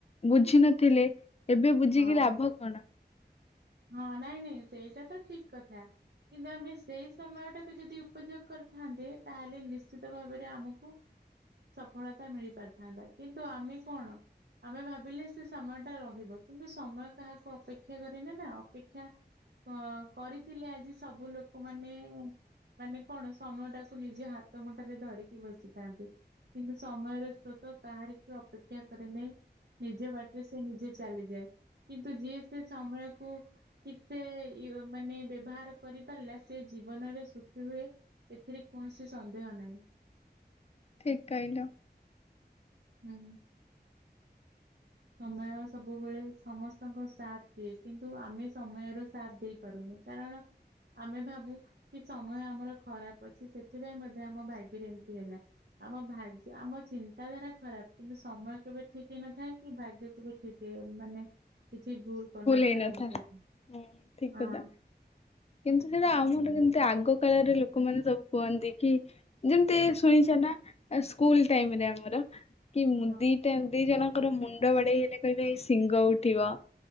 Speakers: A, on the left (about 35°); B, on the right (about 70°).
A: ବୁଝି ନଥିଲେ ଏବେ ବୁଝିକି
B: ହଁ।
A: ଲାଭ କଣ।
B: ହଁ ନାଇଁ ନାଇଁ ସେଇଟା ତ ଠିକ୍ କଥା। କିନ୍ତୁ ଆମେ ସେଇ ସମୟ ଟାକୁ ଯଦି ଉପଯୋଗ କରିଥାନ୍ତେ ତାହେଲେ ନିଶ୍ଚିତ ଭାବରେ ଆମକୁ ସଫଳତା ମିଳି ପାରିଥାନ୍ତା କିନ୍ତୁ ଆମେ କଣ? ଆମେ ଭାବିଲେ ସେ ସମୟ ଟା ରହିବ କିନ୍ତୁ ସମୟ କାହାକୁ ଅପେକ୍ଷା କରେନିନା ଅପେକ୍ଷା ଅ କରିଥିଲେ ଆଜି ସବୁ ଲୋକ ମାନେ ମାନେ କଣ ସମୟ ଟାକୁ ନିଜ ହାତ ମୁଠାାରେ ଧରିକି ବସିଥାନ୍ତେ। କିନ୍ତୁ ସମୟର ସ୍ରୋତ କାହାରି କୁ ଅପେକ୍ଷା କରେନି ନିଜ ବାଟରେ ସେ ନିଜେ ଚାଲିଯାଏ କିନ୍ତୁ ଯିଏ ସେ ସମୟ କୁ ଠିକ ସେ ଇଏ ମାନେ ବ୍ୟବହାର କରିପାରିଲା ସେ ଜୀବନରେ ସୁଖୀ ହୁଏ। ଏଥିରେ କୌଣସି ସନ୍ଦେହ ନାହିଁ।
A: ଠିକ କହିଲ।
B: ହୁଁ। ସମୟ ସବୁବେଳେ ସମସ୍ତଙ୍କ ସାଥ ଦିଏ କିନ୍ତୁ ଆମେ ସମୟର ସାଥ ଦେଇ ପାରୁନୁ କାରଣ? ଆମେ ଭାବୁ କି ସମୟ ଆମର ଖରାପ ଅଛି ସେଥିପାଇଁ ବୋଧେ ଆମ ଭାଗ୍ୟରେ ଏମିତି ହେଲା ଆମ ଭାଗ୍ୟ ଆମ ଚିନ୍ତାଧାରା ଖରାପ କିନ୍ତୁ ସମୟ କେବେ ଠିକ ହେଇନଥାଏ କି ଭାଗ୍ୟ କେବେ ଠିକ ଏନ୍ ମାନେ କିଛି ଭୁଲ କରିନଥାଏ
A: ହେଇନଥାଏ
B: ଆମ
A: ହୁଁ
B: ଏଠି
A: ଠିକ କଥା
B: ହଁ।
A: କିନ୍ତୁ ସେଇଟା ଆମର ଯେମିତି ଆଗ କାଳରେ ଲୋକମାନେ ସବୁ କୁହନ୍ତି କି ଯେମିତି ଶୁଣିଛ ନା ସ୍କୁଲ ଟାଇମରେ ଆମର କି ମୁ
B: ହଁ
A: ଦିଟା ଦି ଜଣଙ୍କର ମୁଣ୍ଡ ବାଡେଇ ହେଲେ କହିବେ ଏଇ ଶିଙ୍ଗ ଉଠିବ